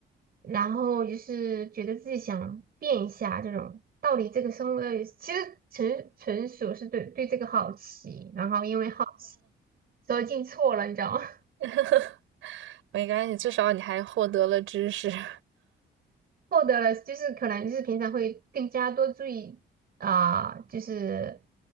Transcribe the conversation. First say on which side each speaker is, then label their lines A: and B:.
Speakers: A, on the right; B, on the right.
A: 然后就是觉得自己想变一下这种，到底这个生活。到底，其实纯纯属是对对这个好奇，然后因为好奇，所以进错了，你知道吗？
B: <laughs> 没关系，至少你还获得了知识。<laughs>
A: 获得了，就是可能就是平常会更加多注意啊、就是